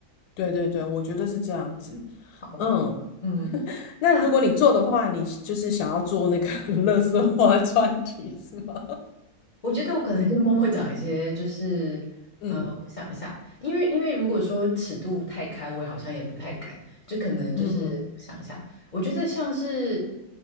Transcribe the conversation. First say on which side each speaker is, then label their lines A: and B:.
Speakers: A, on the left; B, on the left.
A: 对对对，我觉得是这样子。
B: 好，
A: 嗯，
B: 嗯。
A: 那如果你做的话，
B: 那。
A: 你就是想要做那个 <laughs> 乐色花专题是吗？
B: 我觉得我可能就默默讲一些，就是呃，
A: 嗯
B: 我想一下，因为因为如果说尺度太开，我好像也不太敢，就可能就是我想一下，
A: 嗯。嗯
B: 我觉得像是